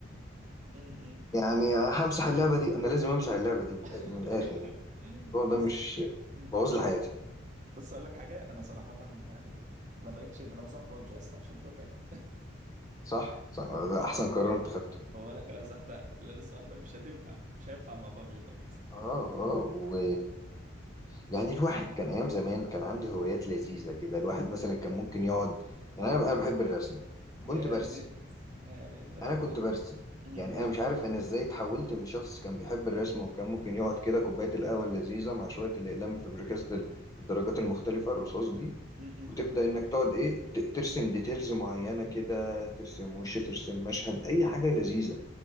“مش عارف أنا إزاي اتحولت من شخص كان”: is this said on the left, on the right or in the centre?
Left